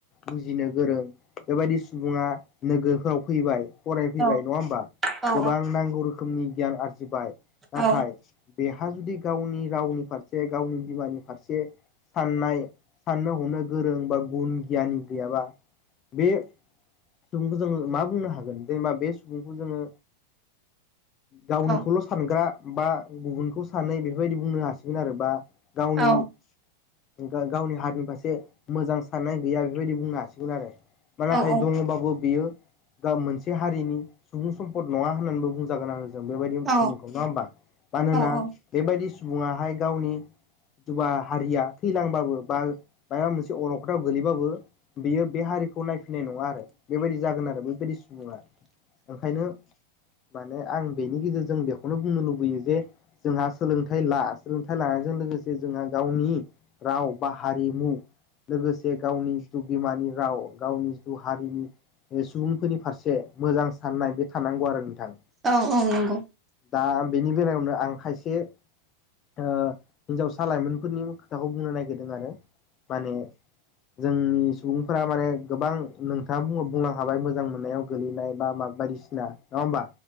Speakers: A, on the left; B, on the right.
A: बुजिनो गोरों बेबायदि सुबुङा नोगोरफोराव फैबाय फरायफैबाय
B: औ
A: नङा होमबा
B: औ
A: गोबां नांगौ रोखोमनि गियान आरजिबाय नाथाय
B: औ
A: बेहा जुदि गावनि रावनि फारसे गावनि बिमानि फारसे साननाय साननो हनो गोरों बा गुन गियानि गैयाबा बे सुबुंखौ जोङो मा बुंनो हागोन जेनेबा बे सुबुंखौ जोङो गावनिखौल'
B: औ
A: सानग्रा बा गुबुनखौ सानै बेफोरबायदि बुंनो हासिगोन आरो बा गावनि
B: औ
A: गाग गावनि हारिनि फारसे मोजां साननाय गैया बेफोरबायदि बुंनो हासिगोन आरो ना
B: औ
A: थाइ
B: औ नंगौ
A: दङबाबो बियो मोनसे हारिनि सुबुं सम्पद नङा होननानैबो बुंजागोन आरो जों बेबायदि
B: औ
A: सुबुंखौ नङा होमबा मानोना
B: औ नंगौ औ
A: बेबायदि सुबुङाहाय गावनि जुबा हारिया थैलांबाबो बा माबा मोनसे अलखदाव गोगलैबाबो बेयो बे हारिखौ नायफै नाय नङा आरो बेबायदि जागोन आरो बैबायदि सुबुङा ओंखायनो माने आं बेनि गेजेरजों बेखौनो बुंनो लुबैयो जे जोंहा सोलोंथाइ ला सोलोंथाइ लानायजों लो लोगोसे जोंहा गावनि राव बा हारिमु लोगोसे गावनि जिथु बिमानि राव गावनि ज थु हारिनि ओ सुबुंफोरनि फारसे मोजां साननाय बे थानांगौ आरो नोंथां।
B: औ औ नंगौ।
A: दा बेनि बेलायावनो आं खायसे ओ हिन्जावसा लाइमोनफोरनि खोथाखौ बुंनो नागिरदों आरो माने जोंनि सुबुंफोरा माने गोबां नोंथाङा बुङो बुंनो हाबाय मोजां मोननायाव गोलैनाय बा माबा बायदिसि सिना नङा होमबा